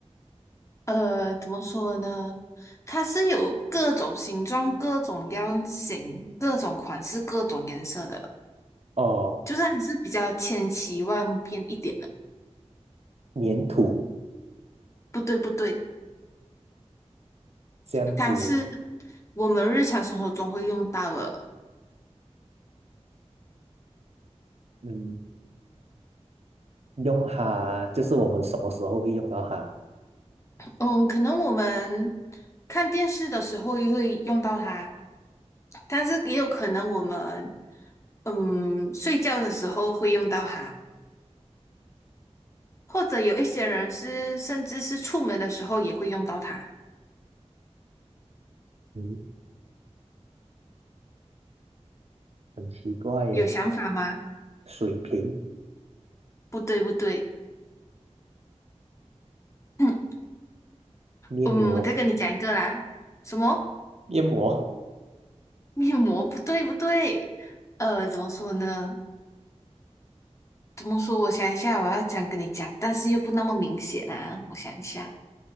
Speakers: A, on the left; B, on the right.
A: 呃，怎么说呢？它是有各种形状、各种样型、各种款式、各种颜色的，
B: 哦
A: 就是还是比较千奇万变一点的。
B: 粘土
A: 不对，不对，
B: 这样子，
A: 它是我们日常生活中会用到的。
B: 嗯，用它就是我们什么时候会用到它？
A: 嗯，可能我们看电视的时候也会用到它，但是也有可能我们嗯睡觉的时候会用到它，或者有一些人是甚至是出门的时候也会用到它。
B: 嗯，很奇怪耶。
A: 有想法吗？
B: 水瓶、
A: 不对，不对，<clears throat>
B: 面膜、
A: 嗯，我再跟你讲一个啦。什么
B: 面膜、
A: 面膜？不对，不对。呃，怎么说呢？怎么说？我想一下，我要讲跟你讲，但是又不那么明显啊。我想一下，